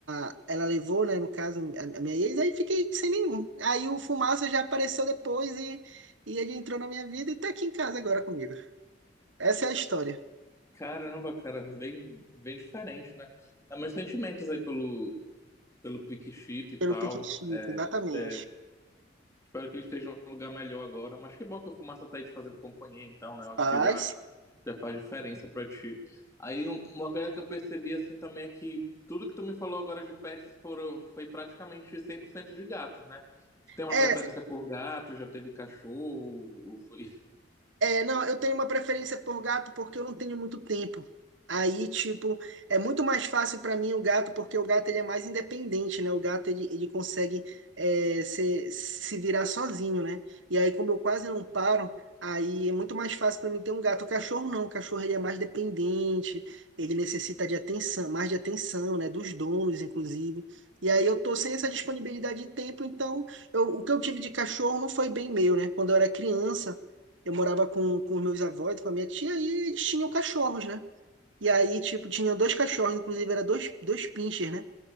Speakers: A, on the right; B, on the left.
A: a, ela levou, né, no caso, a, a minha ex, aí fiquei sem nenhum. Aí o Fumaça já apareceu depois e, e ele entrou na minha vida e tá aqui em casa agora comigo. Essa é a história.
B: Caramba, cara, bem, bem diferente, né? Ah, Mas sentimentos aí pelo, pelo Piquixito e
A: Pelo
B: tal.
A: Piquetito,
B: É,
A: exatamente.
B: é, espero que ele esteja em um lugar melhor agora. Mas que bom que o Fumaça tá aí te fazendo companhia, então, né? Eu acho
A: Ai,
B: que já,
A: sim.
B: já faz diferença pra ti. Aí um- uma coisa que eu percebi assim também é que tudo que tu me falou agora de pets foram, foi praticamente 100% de gatos, né? Tu tem uma
A: É,
B: preferência por gato, já teve cachorro, ou foi,
A: É, não, eu tenho uma preferência por gato porque eu não tenho muito tempo. Aí, tipo, é muito mais fácil para mim o gato, porque o gato ele é mais independente, né? O gato ele, ele consegue é, se, se virar sozinho, né? E aí, como eu quase não paro, aí é muito mais fácil para mim ter um gato. O cachorro não, o cachorro ele é mais dependente, ele necessita de atenção, mais de atenção, né? Dos donos, inclusive. E aí eu tô sem essa disponibilidade de tempo, então eu- o que eu tive de cachorro não foi bem meu, né? Quando eu era criança eu morava com, com os meus avós, com a minha tia, e eles tinham cachorros, né? E aí, tipo, tinha dois cachorros, inclusive era dois, dois pinchers, né?